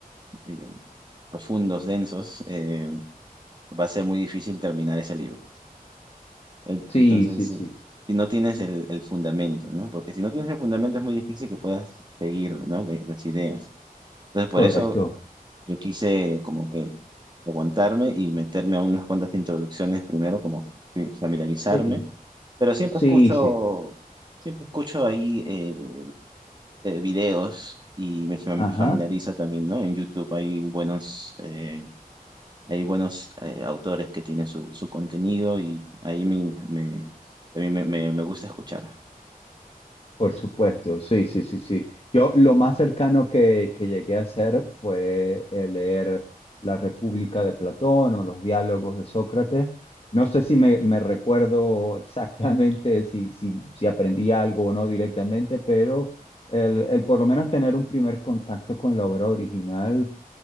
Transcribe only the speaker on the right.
eh, profundos, densos, eh, va a ser muy difícil terminar ese libro. En-
Entonces,
eh,
si no tienes el, el fundamento, ¿no? Porque si no tienes el fundamento es muy difícil que puedas seguir, ¿no? Le- las ideas. Entonces, por
eso Yo quise como que aguantarme y meterme a unas cuantas introducciones primero, como fi- familiarizarme,
pero siempre
escucho,
siempre escucho ahí eh, eh, videos y me fam-
familiarizo también, ¿no? En YouTube hay buenos, eh, hay buenos eh, autores que tienen su, su contenido y ahí me, me, también me, me, me gusta escuchar.